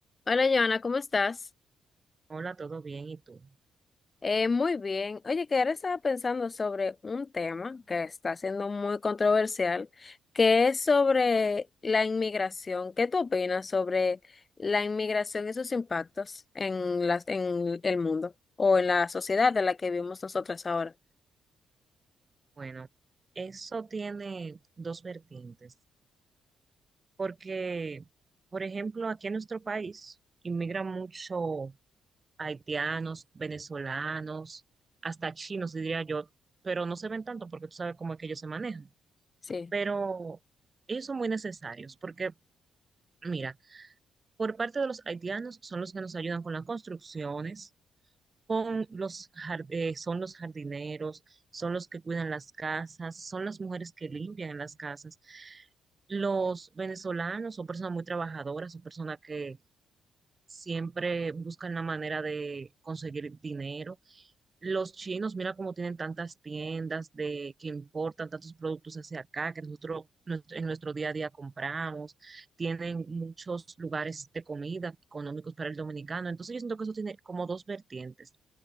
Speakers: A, on the left; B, on the right.
A: Hola, Joana, ¿cómo estás?
B: Hola, ¿todo bien? ¿Y tú?
A: Eh, muy bien. Oye, que ahora estaba pensando sobre un tema que está siendo muy controversial, que es sobre la inmigración. ¿Qué tú opinas sobre la inmigración y sus impactos en las, en el mundo o en la sociedad de la que vivimos nosotras ahora?
B: Bueno, eso tiene dos vertientes, porque, por ejemplo, aquí en nuestro país inmigran mucho haitianos, venezolanos, hasta chinos, diría yo, pero no se ven tanto porque tú sabes cómo es que ellos se manejan.
A: Sí.
B: Pero ellos son muy necesarios, porque, mira, por parte de los haitianos son los que nos ayudan con las construcciones con los, jar- eh, son los jardineros, son los que cuidan las casas, son las mujeres que limpian las casas. Los venezolanos son personas muy trabajadoras, son personas que siempre buscan la manera de conseguir dinero. Los chinos, mira cómo tienen tantas tiendas de que importan tantos productos hacia acá que nosotros nuestro- en nuestro día a día compramos. Tienen muchos lugares de comida económicos para el dominicano. Entonces yo siento que eso tiene como dos vertientes.